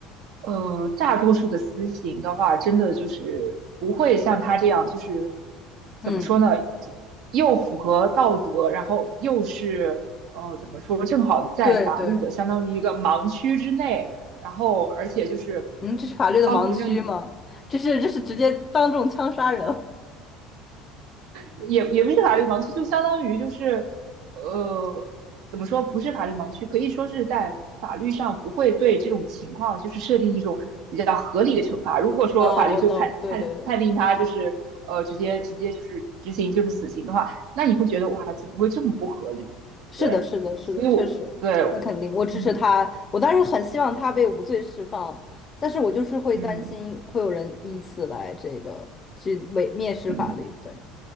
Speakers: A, on the right (about 65°); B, on the left (about 30°).
A: 呃，大多数的私刑的话，真的就是不会像他这样，就是怎么说呢，
B: 嗯，
A: 又符合道德，然后又是呃怎么说，正好在法律的相当于一个盲区之内，
B: 对对。
A: 然后而且就是
B: 嗯，这是法律的盲区吗？
A: 帮扶正义。
B: 这是这是直接当众枪杀人
A: 也也不是法律盲区，就相当于就是呃，怎么说，不是法律盲区，可以说是在法律上不会对这种情况就是设定一种比较合理的惩罚。如果说法律就判判判定他就是呃直接直接就是执行就是死刑的话，
B: <laughs> 啊！我懂，对对对，
A: 那你会觉得哇，怎么会这么不合理？
B: 是的，
A: 对，
B: 是的，是的，
A: 所以我对，
B: 确实，那肯定，我支持他。
A: 嗯
B: 我当时很希望他被无罪释放，但是我就是会担心会有人以此来这个去伪蔑视法律。
A: 嗯嗯。
B: 对，